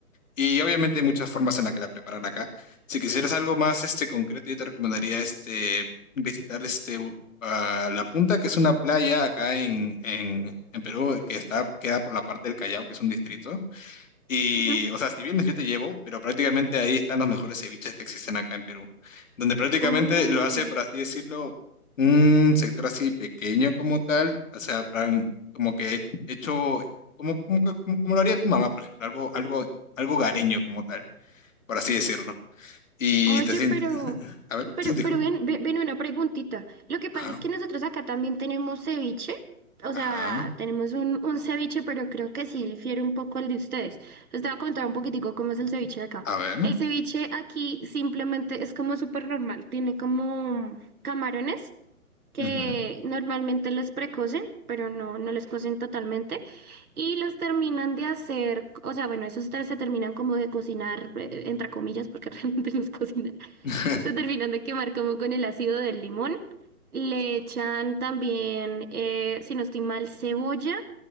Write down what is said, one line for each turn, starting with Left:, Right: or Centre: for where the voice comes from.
Left: Y obviamente hay muchas formas en las que la preparan acá. Si quisieras algo más este, concreto, yo te recomendaría este, visitar este, u- a La Punta, que es una playa acá en, en, en Perú, que está, queda por la parte del Callao, que es un distrito. Y,
Right: ujú.
Left: o sea, si vienes yo te llevo, pero prácticamente ahí están los mejores ceviches que existen acá en Perú, donde prácticamente
Right: Oh.
Left: lo hace, por así decirlo, un sector así pequeño como tal, o sea, plan, como que hecho, como, como, que- como, como lo haría tu mamá, por ejemplo, algo, algo, algo gareño como tal, por así decirlo. Y
Right: Oye,
Left: te sientes,
Right: pero,
Left: <laughs> a ver,
Right: pero,
Left: sí, disculpa.
Right: pero ven, ve- ven, una preguntita. Lo que pasa
Left: Ajá,
Right: es que nosotros acá también tenemos ceviche. O
Left: ajá,
Right: sea, tenemos un, un ceviche, pero creo que sí difiere un poco al de ustedes. Les estaba a contar un poquitico cómo es el ceviche de acá.
Left: a ver.
Right: El ceviche aquí simplemente es como súper normal. Tiene como camarones que
Left: ujú.
Right: normalmente los precocen, pero no, no los cocen totalmente. Y los terminan de hacer, o sea, bueno, esos tres se terminan como de cocinar, eh, entre comillas, porque <laughs> realmente los cocinan.
Left: <laughs>
Right: Se terminan de quemar como con el ácido del limón. Le echan también, eh, si no estoy mal, cebolla